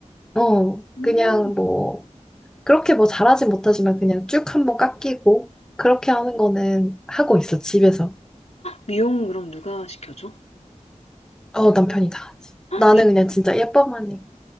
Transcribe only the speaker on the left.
음.
미용 그럼 누가 시켜줘?
미용.